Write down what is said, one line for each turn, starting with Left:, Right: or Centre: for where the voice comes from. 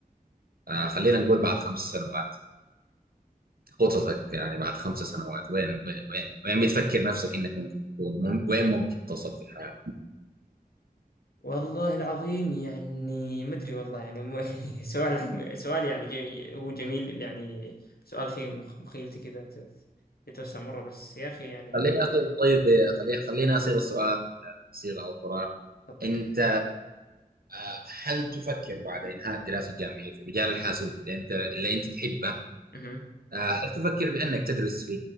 Right: آه خلينا نقول بعد خمس سنوات خططك يعني بعد خمس سنوات وين وين وين, وين بتفكر نفسك إنك ممكن تكون مم وين ممكن تصل في الحياة
Left: والله العظيم يعني ما ادري والله يعني مو- <laughs> سؤال عم- سؤال يعني جي هو جميل يعني سؤال خيم مخيلتي كذا ت- يتوسع مره بس يا اخي يعني
Right: خلينا أصير طيب خلي خلينا
Left: آه،
Right: أصيغ السؤال صيغة أخرى
Left: خطك
Right: أنت
Left: كيف
Right: آه، هل تفكر بعد إنهاء الدراسة الجامعية في مجال الحاسوب اللي أنت اللي أنت تحبه
Left: مهم.
Right: آه، هل تفكر بأنك تدرس في